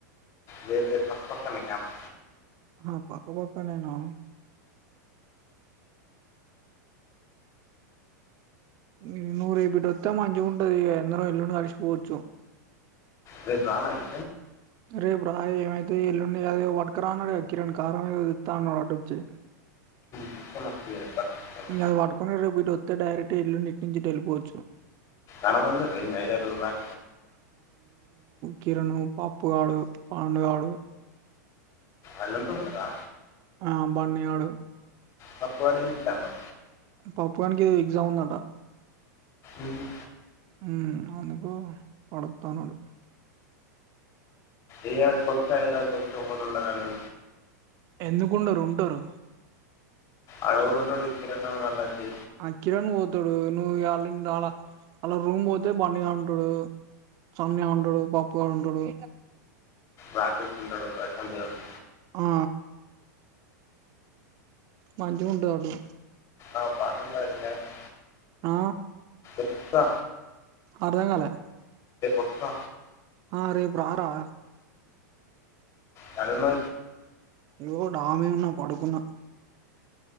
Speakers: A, on the left; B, on the right.
A: వేరు వేరు పక్క పక్కన్నే క్యాంప్
B: ఆ పక్క పక్కన్నేనా ఇగ నువ్వు రేపిటొత్తే మంచిగుంటది ఇగ అందరం ఎల్లుండి కలిసి పోవచ్చు
A: రేప్ రా మరి
B: రేపు రా యే ఏమైతే ఎల్లుండి అదేదో పట్కరాన్నడట కిరణ్ కారం ఏదోదెత్తా అన్నవాట వచ్చి
A: తీసుకొని వస్తుంది రేపు పట్టిస్తాను
B: ఇంగది వట్టుకొని రేపిటొత్తే డైరెక్ట్ ఎల్లుండి ఇట్నుంచిటె ఎళ్ళిపోవచ్చు
A: అన ముందు <unintelligible>
B: కిరణు పప్పుగాడు పండుగాడు
A: అల్లంతొత్తరా
B: ఆ బన్నగాడు
A: పప్పుగాడేంజెత్తాండ్రా
B: పప్పుగానికీ ఎదో ఎగ్జామ్ ఉందంట
A: మ్మ్.
B: ఉమ్ అవును ఓవ్వ వాడొత్తానడు
A: ఏ ఆడికొత్త ఐద్రాద్ కొత్తె ఎవ్వరుండరనీ
B: ఎందుకుండరు ఉంటరు
A: ఆడవురుంటలు ఇంటికాడ వాళ్లకి
B: ఆ కిరణ్ పోతడూ నువ్వు ఇగ ఆళ్లీళ్ళు రాళ ఆల్ల రూమ్ బోతే బన్నిగాడుంటడూ సన్నగాడుంటడూ పప్పుగాడుంటడూ
A: రాకేష్ ఉంటడు ప్రశాంత్ గాడు
B: ఆ మంచిగుంటదప్పుడు
A: ఆ బానే ఉంటది గాని
B: ఆ
A: ఇంకా
B: అర్ధంగాలే
A: వస్తా
B: ఆ రేపు రా రా
A: కలో
B: ఏగో డమీ ఉన్నా పడుకున్నా